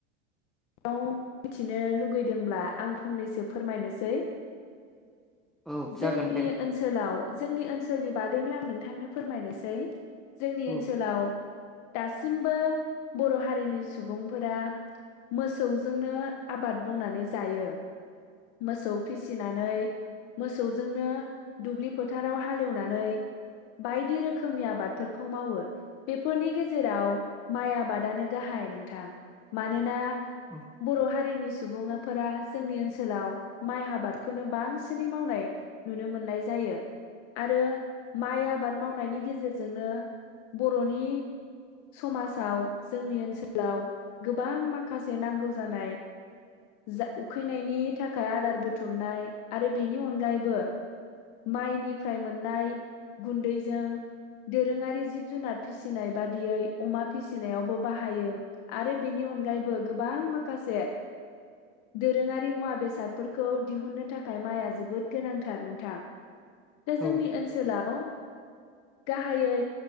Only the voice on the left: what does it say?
बाव मिथिनो लुगैदोंब्ला आं फंनैसो फोरमायनोसै।
जोंनि
ओनसोलाव जोंनि ओनसोलनि बादैनो आं नोंथांनो फोरमायनोसै। जोंनि
ओनसोलाव दासिमबो बर' हारिनि सुबुंफोरा मोसौजोंनो आबाद मावनानै जायो। मोसौ फिसिनानै मोसौजोंनो दुब्लि फोथाराव हालेवनानै बायदि रोखोमनि आबादफोरखौ मावो। बेफोरनि गेजेराव माइ आबादानो गाहाय नोंथां। मानोना
बर' हारिनि सुबुङाफोरा जोंनि ओनसोलाव माइ आबादखौनो बांसिनै मावनाय नुनो मोननाय जायो आरो माइ आबाद मावनायनि गेजेरजोंनो बर'नि समासाव जोंनि ओनसोलाव गोबां माख खासे नांगौ जानाय जा उखैनायनि थाखाय आदार बुथुमनाय आरो बेनि अनगायैबो माइनिफ्राय मोननाय गुन्दैजों दोरोङारि जिब जुनार फिसिनाय बादियै अमा फिसिनायावबो बाहायो आरो बेनि अनगायै बो गोबां माखासे दोरोङारि मुवा बेसादफोरखौ दिहुननो थाखाय माइआ जोबोद गोनांथार नोंथां दा
जोंनि ओनसोलाव गाहायै